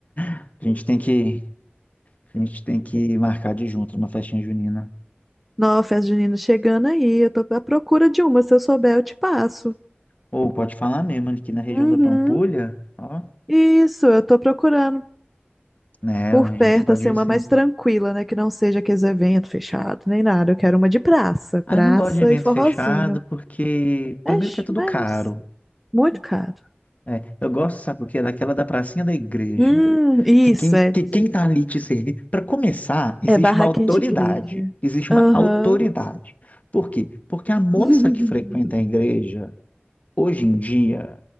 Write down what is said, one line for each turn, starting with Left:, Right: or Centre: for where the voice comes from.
Left: A gente tem que, a gente tem que marcar de junto uma festinha junina.
Centre: Não, festa junina chegando aí, eu tô à procura de uma, se eu souber eu te passo.
Left: Ou pode falar mesmo, aqui na região
Centre: Uhum.
Left: da Pampulha, ó,
Centre: Isso, eu tô procurando
Left: né,
Centre: por
Left: a
Centre: perto,
Left: gente pode
Centre: assim,
Left: ir
Centre: uma
Left: sim.
Centre: mais tranquila, né, que não seja aqueles eventos fechados, nem nada, eu quero uma de praça, praça
Left: Ah, eu não gosto de evento
Centre: e forrozinho.
Left: fechado porque, primeiro
Centre: Mas,
Left: que é tudo
Centre: mas
Left: caro,
Centre: muito caro.
Left: né? Eu gosto, sabe o quê? Daquela da pracinha da igreja,
Centre: Hum, isso,
Left: que quem, que
Centre: é,
Left: quem tá ali te servindo, para começar, existe
Centre: é barraquinha
Left: uma autoridade,
Centre: de igreja.
Left: existe uma
Centre: Aham.
Left: autoridade. Por quê? Porque a moça
Centre: <laughs>
Left: que frequenta a igreja, hoje em dia,